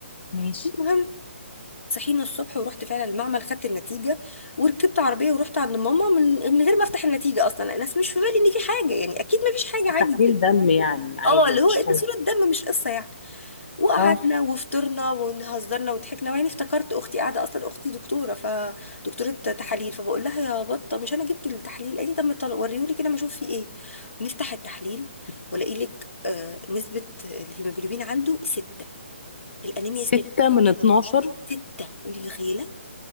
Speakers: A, on the left (about 60°); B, on the left (about 85°).
A: ماشي
B: المهم صحينا الصبح ورحت فعلا المعمل خدت النتيجه وركبت عربيه ورحت عند ماما من من غير ما افتح النتيجه اصلا الناس مش في بالي ان في حاجه يعني اكيد ما فيش حاجه
A: بس
B: عادي
A: تحليل دم يعني عادي
B: اه اللي
A: مفيش
B: هو إيه ده
A: حاجه
B: صوره دم مش قصه يعني وقعدنا
A: اه
B: وفطرنا وهزرنا وضحكنا وبعدين افتكرت اختي قاعده اصلا اختي دكتوره فدكتوره تحاليل فبقول لها يا بطه مش انا جبت التحليل قالي طب طل- وريهولي كده ما اشوف فيه ايه نفتح التحليل والاقي لك آه نسبه الهيموجلوبين عنده سته الانيميا
A: ستة
B: سته
A: من 12
B: سته انت متخيله